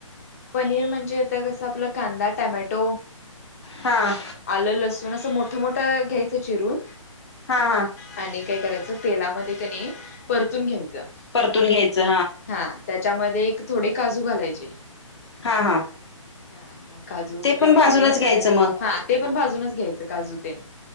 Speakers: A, on the left; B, on the left.
A: पनीर म्हणजे आता कसं आपलं कांदा टामॅटो
B: हां
A: आलं, लसून असं मोठं मोठं घ्यायचं चिरून
B: हां हां
A: आणि काय करायचं, तेलामध्ये कनी परतून घ्यायचं.
B: परतून घ्यायचं
A: हा, त्याच्यामध्ये एक थोडे काजू घालायचे.
B: हा हा.
A: हा मग काजू
B: ते पण
A: तेन
B: भाजूनच
A: वगैरे घातल्यानंतर,
B: घ्यायचं मग
A: हा ते पण भाजूनच घ्यायचं काजू तेण.